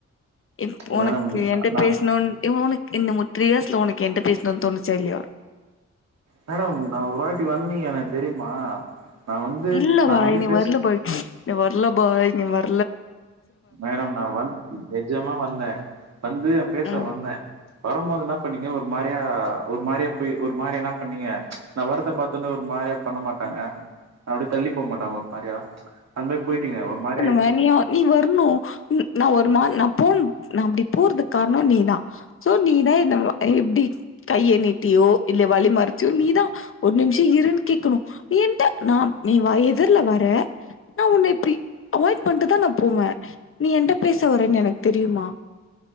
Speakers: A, on the left; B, on the right.
A: இப் ஒனக்கு
B: மேடம்
A: என்ட்ட
B: நா
A: பேசணுன் உனக் என்ன உ த்ரீ இயர்ஸ்ல உனக்கு என்ட்ட பேசணுன்னு தோணுச்சா இல்லயா
B: மேடம் நா ஒரு வாட்டி வந்தீங்க எனக்கு தெரியுமா நா வந்து
A: இல்ல
B: நா
A: பாய்
B: வந்து
A: நீ
B: பேச
A: வர்ல பாய் நீ வர்ல பாய் நீ வர்
B: மேடம் நா வந் நெஜமா வந்தே வந்து பேச
A: ம்
B: வந்த வரும்போது என்ன பண்ணீங்க ஒரு மாரியா ஒரு மாரியா போய் ஒரு மாரி என்ன பண்ணீங்க நா வரத பாத்தோன ஒரு மாரியா பண்ண மாட்டாங்க அப்டி தள்ளி போ மாட்டங்க ஒரு மாரியா அந் மாரி போயிட்டிங்க ஒரு மாரி ஆயி
A: தனியா நீ வர்ணும் நா ஒரு மா நா போண் நா அப்டி போறதுக் காரணம் நீதா சோ நீதா இந்த மா இப்டி கைய நீட்டியோ இல்ல வழி மறிச்சோ நீதா ஒரு நிம்ஷ இருன்னு கேக்கணு நீ என்ட்ட நா நீ வா எதிர்ல வர நா உன்ன இப்டி அவாய்ட் பண்ட்டுதா நா போவ நீ என்ட்ட பேச வரன்னு எனக்கு தெரியுமா